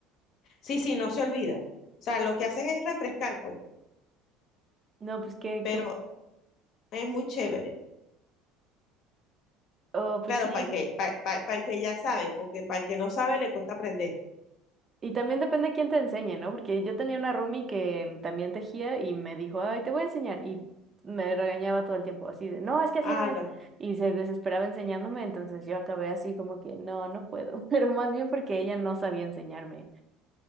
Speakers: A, on the left; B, on the right.
A: Sí, sí, no se olvida. O sea, lo que haces es refrescar, pues,
B: No, pues qué,
A: pero
B: qué, bu-
A: es muy chévere.
B: oh, pues
A: Claro,
B: sí,
A: para el que, para para, para el que ya sabe, porque para el que no sabe le cuesta aprender.
B: Y también depende quién te enseñe, ¿no? Porque yo tenía una roomie que también tejía y me dijo, ay, te voy a enseñar. Y me regañaba todo el tiempo, así de, no, es que
A: Ah,
B: así no es.
A: no,
B: Y se desesperaba enseñándome, entonces yo acabé así como que, no, no puedo. <laughs> Pero más bien porque ella no sabía enseñarme.